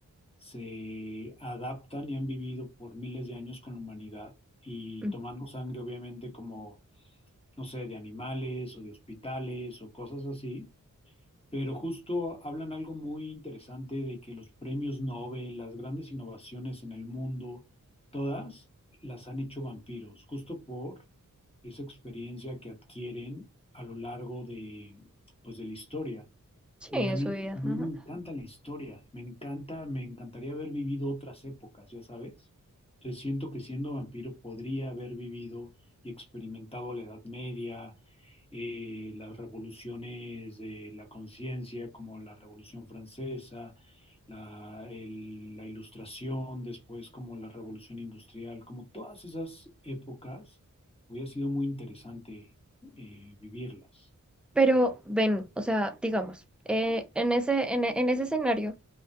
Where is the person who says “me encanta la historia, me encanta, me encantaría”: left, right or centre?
Left